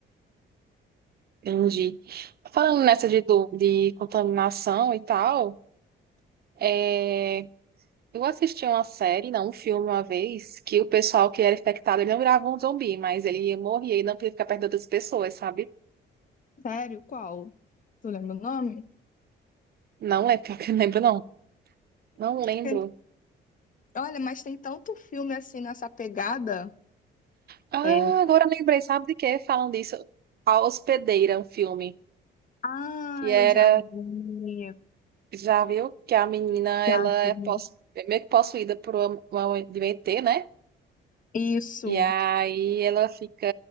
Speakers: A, on the right; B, on the left.
A: entendi. Falando nessa de, du- de contaminação e tal, é, eu assisti uma série, não, um filme uma vez, que o pessoal que era infectado, ele não virava um zumbi, mas ele morria e não podia ficar perto das pessoas, sabe?
B: Sério, qual? Tu lembra o nome?
A: Não lembro, <laughs> pior que eu não lembro, não. Não lembro.
B: <laughs> Olha, mas tem tanto filme assim nessa pegada.
A: Ah,
B: É.
A: agora eu lembrei, sabe de quê? Falam disso. A Hospedeira, um filme
B: Ah,
A: que era,
B: eu já vi.
A: já viu? Que a menina, ela
B: Já vi.
A: é possu- é meio que possuída por uma, uma de um ET, né?
B: Isso.
A: E aí ela fica,